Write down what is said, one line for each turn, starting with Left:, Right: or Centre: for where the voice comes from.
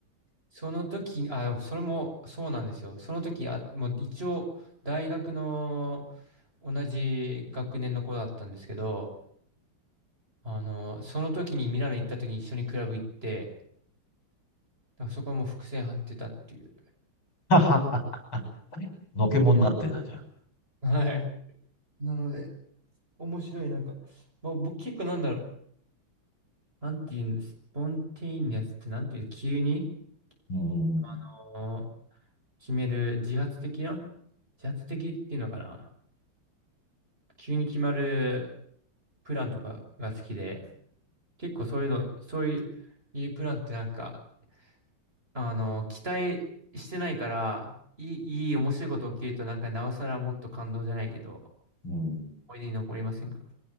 Right: その時、あ、それもそうなんですよ。その時、あ、もう一応、大学の同じ学年の子だったんですけど、あの、その時にミラノ行った時に一緒にクラブ行って、だからそこはもう伏線張ってたっていう。
Left: はははは <laughs> のけもんになってたんじゃん。
Right: もはい。なので、面白い、なんか、まあ、僕結構なんだろう。なんていうんですスポンテイニアスってなんていう、急に、
Left: うん。
Right: あの決める自発的な、自発的っていうのかな。急に決まるプランとかが好きで、結構そういうの、そういう、いうプランってなんか、あの、期待してないから、いい、いい面白いこと起きるとなんかなおさらもっと感動じゃないけど、
Left: うん。
Right: 思い出に残りませんか